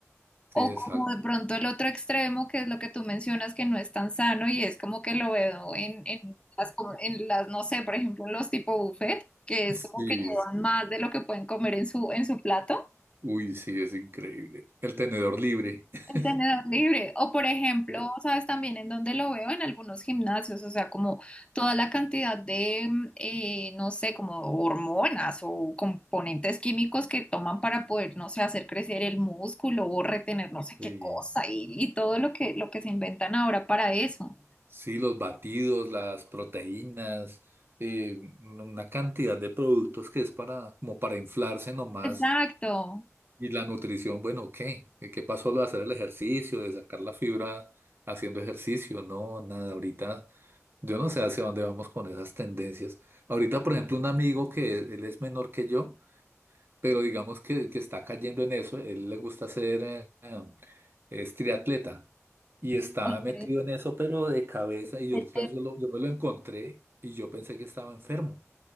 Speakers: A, on the right; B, on the left.
A: sí,
B: O
A: exacto.
B: como de pronto el otro extremo, que es lo que tú mencionas, que no es tan sano y es como que lo veo en, en las, com- en las, no sé, por ejemplo, los tipo buffet, que es
A: Sí,
B: como que llevan
A: sí.
B: más de lo que pueden comer en su, en su plato.
A: Uy, sí, es increíble. El tenedor libre. <laughs>
B: El tenedor libre. O por ejemplo,
A: Eh,
B: ¿sabes también en dónde lo veo? En algunos gimnasios, o sea, como toda la cantidad de, mm, eh, no sé, como hormonas o componentes químicos que toman para poder, no sé, hacer crecer el músculo o retener no sé
A: Sí,
B: qué cosa y, y todo lo que, lo que se inventan ahora para eso.
A: sí, los batidos, las proteínas, eh, una cantidad de productos que es para, como para inflarse nomás
B: Exacto.
A: Y la nutrición, bueno, ¿qué? ¿Qué qué pasó lo de hacer el ejercicio, de sacar la fibra haciendo ejercicio? No, nada, ahorita yo no sé hacia dónde vamos con esas tendencias. Ahorita, por ejemplo, un amigo que él es menor que yo, pero digamos que, que está cayendo en eso, él le gusta hacer, eh, es triatleta y está
B: Ok,
A: metido en eso, pero de cabeza, y yo,
B: de
A: otra vez yo, lo- yo me lo encontré y yo pensé que estaba enfermo.